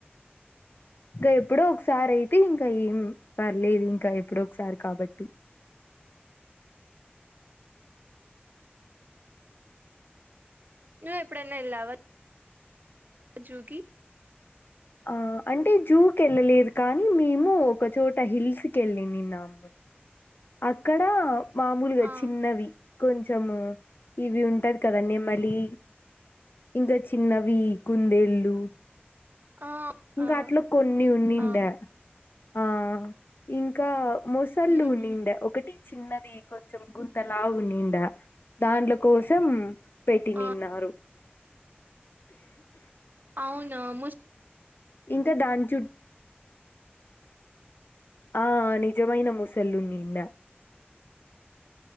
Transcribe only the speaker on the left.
ఇంకా ఎప్పుడో ఒకసారి అయితే ఇంకా ఏం పర్లేదు ఇంకా ఎప్పుడో ఒకసారి కాబట్టి
ఆ అంటే జూకి ఎళ్ళలేదు కానీ మేము ఒకచోట హిల్స్ కెళ్ళినిన్నాము అక్కడ మామూలుగా
చిన్నవి కొంచ్ చం ఇవి ఉంటాది కదా నెమాలి ఇంకా చిన్నవి కుందేళ్ళు
ఇంకా
అట్లో కొన్ని ఉన్నిందా
ఆ ఇంకా మొసళ్ళలుని
ఒకటి చిన్నది కొంచెం గుంతలా ఉనిండా దాంట్ల కోసం పెట్టినిన్నారు
ఇంకా దాని చుట్ ఆ నిజమైన మోసళ్ళు ఉండిండా